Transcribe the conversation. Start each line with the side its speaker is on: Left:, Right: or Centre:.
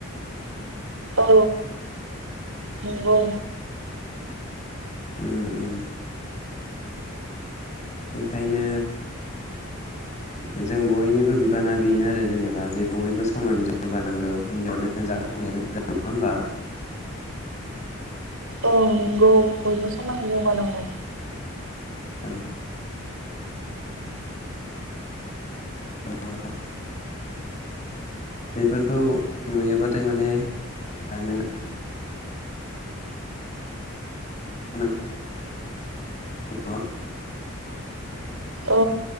Right: औ नंगौ
Left: उ उम बेखायनो ओ जों बयनिबो बिबाना बेनो आरो जेनेबा जे जों बयबो समानै जौगानांगौ हिन्जावानो जा हिानो नङा होमबा
Right: औ नंगौ बयबो समान जौगानांगौ
Left: औ अ बेफोरखौ नुयोबाथाय माने नों <unintelligible> <unintelligible>
Right: औ